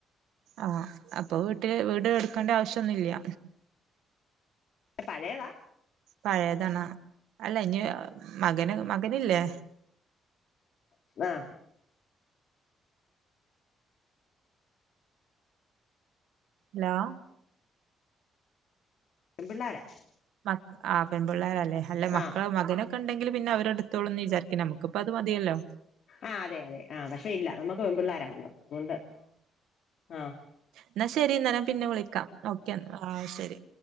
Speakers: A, on the right; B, on the left.
A: ആഹ് അപ്പൊ വീട്ടില് വീട് ഇട്ക്കേണ്ട ആവശ്യോന്നും ഇല്ല
B: പഴയതാ
A: പഴയതാണാ അല്ല ഇനി മകന് മകനില്ലേ
B: ആഹ്
A: ഹലോ
B: പെമ്പിള്ളാരാ
A: മക് ആഹ് പെൺപിള്ളാരല്ലേ അല്ല മക്കള്
B: ആഹ്
A: മകനൊക്കെ ഇണ്ടെങ്കില് പിന്നെ അവരെടുത്തോളും ന്ന് വിചാരിക്ക്ണ് നമു ക്ക്പ്പ അത് മതിയല്ലോ
B: ആഹ് അതെ അതെ ആഹ് പക്ഷെ ഇല്ല നമ്മക്ക് പെൺപിള്ളാരാണൊള്ളത് അതുകൊണ്ട് ആഹ്
A: ഇന്നാ ശരി ന്നാ ഞാൻ പിന്നെ വിളിക്കാം ഓക്കെ എന്ന ആഹ് ശരി